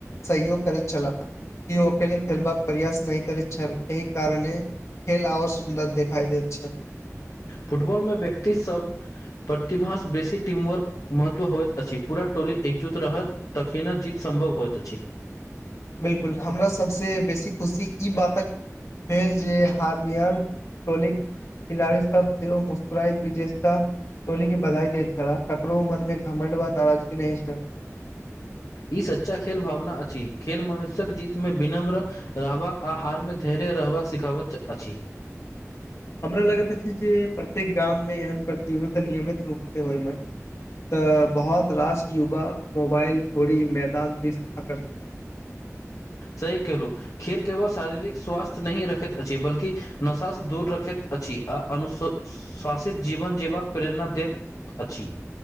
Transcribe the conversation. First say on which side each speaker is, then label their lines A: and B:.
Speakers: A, on the left; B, on the left.
A: सहयोग करैत छला कियो अकेले खेलबाक प्रयास नहि करैत छल एहि कारने खेल आओ सुन्दर देखा दैत छल
B: फुटबॉलमे व्यक्तिसब प्रतिभास बेसी टीम वर्क महत्व होइत अछि पूरा टोली एकजूट रहत तखीना जीत संभव होइत अछी
A: बिल्कुल हमरा सबसे बेसी खुशी ई बातक भेल जे हार्मियर टोलिक खिलाड़ी सब सेहो मुस्कुराए विजेता टोली के बधाई देैत छला ककरो मन मे घमंड वा नाराजगी नहि छल
B: ई सच्चा खेल भावना अछि खेल मनुष्यक जीत मे विनम्र रहबाक आहार मे धैर्य रहबाक सिखाबैत अछि
A: हमरा लगैत अछी जे प्रत्येक गाम मे एहन प्रतियोगित नियमित रूप से होय मे तऽ बहुत राश युवा मोबाइल छोड़ी मैदान दिस आकर्षित
B: सही केहलु खेल केवल शारीरिक स्वास्थ्य नहि रखैत अछि बल्कि नशासँ दूर रखैत अछि आ अनु स स शासित जीवन जीबक प्रेरणा देत अछि